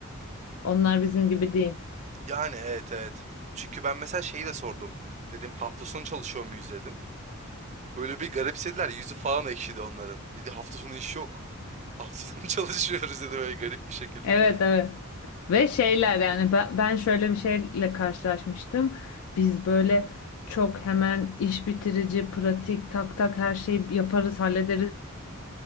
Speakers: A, on the left; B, on the right.
A: Onlar bizim gibi değil.
B: yani evet evet. Çünkü ben mesela şeyi de sordum. Dedim hafta sonu çalışıyor muyuz dedim. Böyle bir garipsediler. Yüzü falan ekşidi onların. Dedi hafta sonu iş yok. Hafta sonu <laughs> çalışıyoruz dedi böyle garip bir şekilde.
A: Evet evet. Ve şeyler yani ben, ben şöyle bir şeyle karşılaşmıştım. Biz böyle çok hemen iş bitirici, pratik, tak tak her şeyi yaparız, hallederiz.